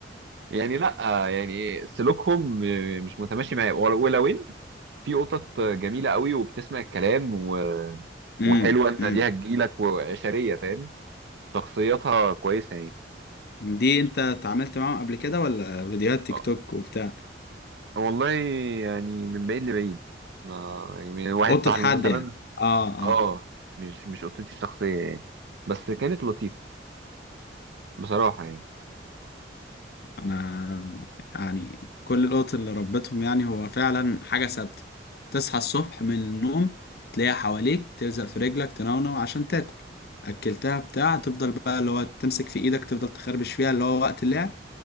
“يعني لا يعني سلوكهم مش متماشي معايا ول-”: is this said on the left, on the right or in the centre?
Right